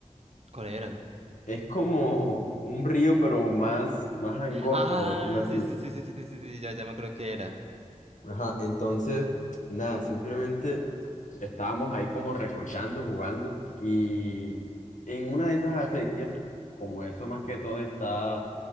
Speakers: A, on the right; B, on the left.
A: ¿Cuál eran?
B: es como <laughs> un río, pero más, más angosto,
A: Ah,
B: por decirlo así.
A: sí, sí, sí, sí, sí, sí, sí, sí, ya, ya me acuerdo que era.
B: Ajá, entonces, nada, simplemente estábamos ahí como recochando, jugando y en una de esas acequias, como eso más que todo está